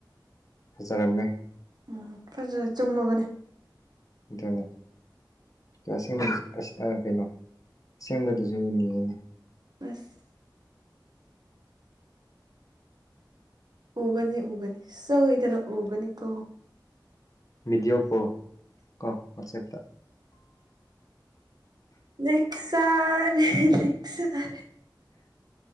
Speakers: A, on the left (about 45°); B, on the right (about 60°).
A: ꯐꯖꯔꯝꯃꯦ
B: ꯎꯝ ꯐꯖ ꯆꯨꯝꯃꯕꯅꯦ
A: ꯑꯗꯨꯅꯤ ꯀꯁꯦꯡꯕꯗ ꯑꯁ ꯑ ꯀꯩꯅꯣ ꯁꯦꯡꯕꯗꯨꯖꯨ ꯎꯅꯤꯡꯉꯤꯅꯦ
B: ꯑꯁ ꯎꯒꯅꯤ ꯎꯒꯅꯤ ꯁꯣꯏꯗꯅ ꯎꯒꯅꯤ ꯀꯣ
A: ꯕꯤꯗꯤꯑꯣ ꯀꯣꯜ ꯀꫭ ꯋꯥꯆꯦꯞꯇ
B: ꯅꯦꯛ ꯁꯔꯦ ꯅꯦꯛ ꯁꯔꯦ